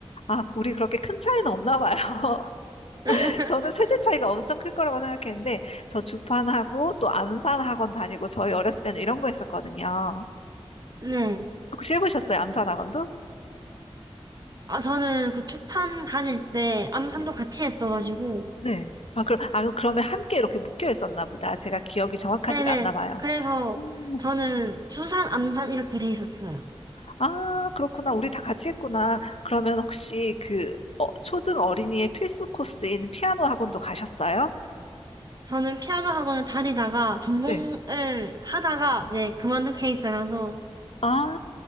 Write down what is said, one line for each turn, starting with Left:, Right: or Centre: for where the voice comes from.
Left: 아, 우리 그렇게 큰 차이는 없나 봐요. <laughs>
Right: <laughs>
Left: 저는 세대 차이가 엄청 클 거라고 생각했는데 저 주판하고 또 암산학원 다니고 저희 어렸을 때는 이런 거 했었거든요.
Right: 네. 네.
Left: 혹시 해보셨어요? 암산학원도?
Right: 아, 저는 그 축판 다닐 때 암산도
Left: 네.
Right: 같이 했어가지고.
Left: 네. 아, 그럼, 아, 그러면 함께 이렇게 묶여 있었나 보다. 제가 기억이 정확하지가
Right: 네네.
Left: 않나 봐요.
Right: 그래서
Left: 음,
Right: 저는 주산, 암산 이렇게 돼 있었어요.
Left: 아, 그렇구나. 우리 다 같이 했구나. 그러면 혹시 그 어, 초등 어린이의 필수 코스인 피아노 학원도 가셨어요?
Right: 저는 피아노 학원을 다니다가 전공을
Left: 네.
Right: 하다가 이제 그만둔 케이스라서.
Left: 아,